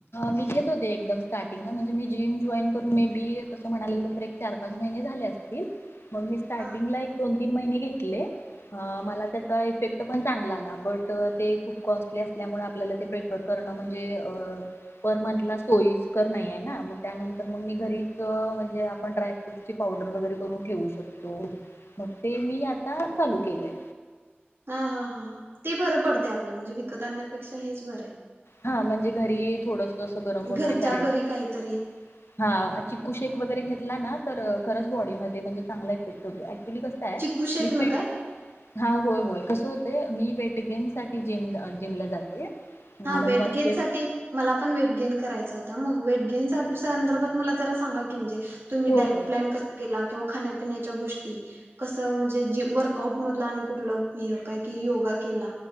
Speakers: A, on the left; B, on the right.
A: मी घेत होते एकदम स्टार्टिंगला म्हणजे मी जिम जॉईन करून मे बी तसं म्हणालेलं तर एक चार पाच महिने झाले असतील. मंग मी स्टार्टिंगला
B: हा
A: एक दोन तीन महिने घेतले अ मला त्याचा इफेक्ट पण चांगला आला बट अ ते खूप कॉस्टली असल्यामुळे आपल्याला ते पेफर करणं म्हणजे अ पर मंथला सोयीस्कर नाईयेना मंग त्यानंतर मंग मी घरीच अ म्हणजे आपण ड्रायफ्रूटची पावडर वगैरे करून ठेवू शकतो मग ते मी आता चालू केलंय
B: आ हा हा हा ते बरं पडते आपलं म्हणजे भी कत आणण्या पेक्षा हेच बरं ये
A: हा म्हणजे घरी थोडस अस गरम वगैरे
B: घरच्या
A: करायचं
B: घरी काहीतरी
A: हा चिक्कू शेक वगैरे घेतला ना तर अ खरच बॉडीमध्येध्ये म्हणजे चांगला इफेक्ट होतो तुम्ही कसकाय
B: चिकू शेक
A: मी
B: न
A: ते
B: काय?
A: हा होय होय कस हो म्हणजे मी वेट गेनसाठी जिमला अ जिमला जाते. म्हणजे
B: हा वेट
A: माझं
B: गेन
A: पेट
B: साठी मला पण वेट गेन क करायचा होता मंग वेट गेन चा संदर्भात मला जरा सांगा की म्हणजे तुम्ही
A: होय
B: डाएट
A: होय
B: प्लॅन कसा केला किंवा खाण्यात चा गोष्टी कस म्हणजे जे वर्कआऊट मधलं आणि कुठला ये कायकी योगा केला